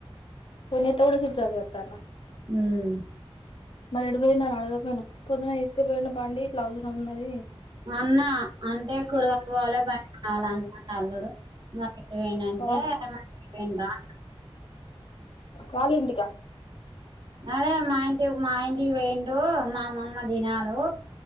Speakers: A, on the left; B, on the right.
A: పిన్నీతో కూడ స్విచ్చాఫ్ వత్తందా
B: ఉమ్
A: మరి ఎటు పోయిండు అడకపోయాను పొద్దున్న తీసుకపోయిను బండి ఇట్లా అవసరం ఉంది
B: అన్నా అంటే కూరగాయలు పోవాల బ చాల అంట అల్లుడు పోయిండు అంటే
A: ఆ
B: ఏమన్ రా
A: వాళ్ళ ఇంటికా
B: అదే మా ఇం మాయంటికి పోయిండు మామా దినాలు